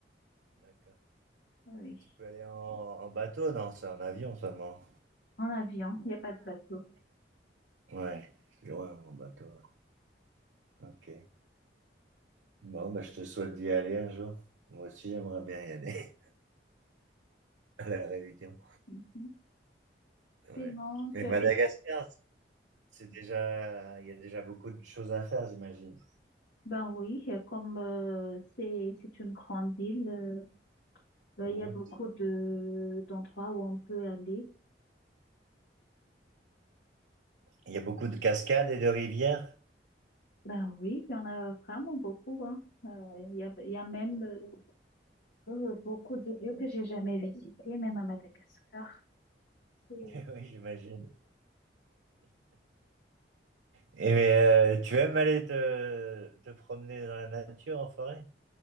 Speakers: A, on the right; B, on the left.
A: D'accord.
B: Oui.
A: Et tu peux aller en, en bateau? Non, c'est en avion seulement.
B: En avion, il n'y a pas de bateau.
A: Ouais, c'est loin en bateau. Ok. Bon, bah, je te souhaite d'y aller un jour. Moi aussi, j'aimerais bien y aller <laughs> à la Réunion.
B: Mhm.
A: Ouais.
B: Sinon, tu
A: Mais
B: as
A: Madagascar,
B: des...
A: c'est déjà, il y a déjà beaucoup de choses à faire, j'imagine.
B: Ben oui, euh, comme euh, c'est c'est une grande île, euh, ben,
A: Mhm.
B: il y a beaucoup de d'endroits où on peut aller.
A: Il y a beaucoup de cascades et de rivières.
B: Ben oui, il y en a vraiment beaucoup, hein. Euh, Il y a, il y a même euh, euh, beaucoup de lieux que j'ai jamais visités, même à Madagascar. C'est-
A: <laughs> Oui, j'imagine. Et mais, euh, tu aimes aller te, te promener dans la nature, en forêt?